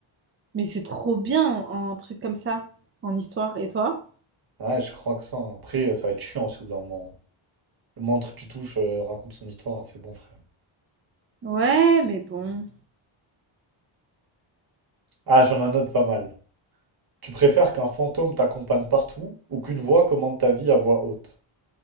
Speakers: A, on the right; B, on the right.
A: Mais c'est trop bien un truc comme ça, en histoire. Et toi?
B: Ouais, je crois que ça. hein. Après, euh, ça va être chiant aussi au bout d'un moment. Le montre que tu touches euh, raconte son histoire, c'est bon, frère.
A: Ouais, mais bon,
B: Ah, j'en ai un autre pas mal. Tu préfères qu'un fantôme t'accompagne partout ou qu'une voix commande ta vie à voix haute?